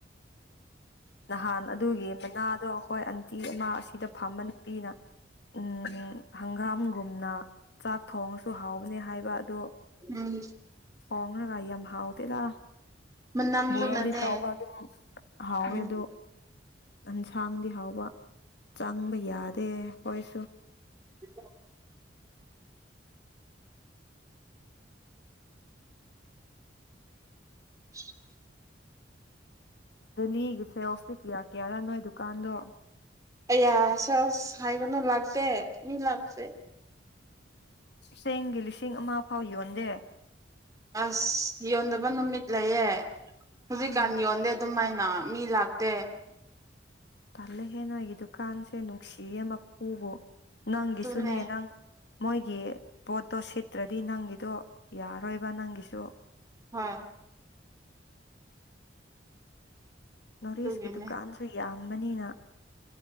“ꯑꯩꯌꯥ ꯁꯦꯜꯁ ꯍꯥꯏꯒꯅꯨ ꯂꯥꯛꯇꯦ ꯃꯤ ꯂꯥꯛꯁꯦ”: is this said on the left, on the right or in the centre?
Right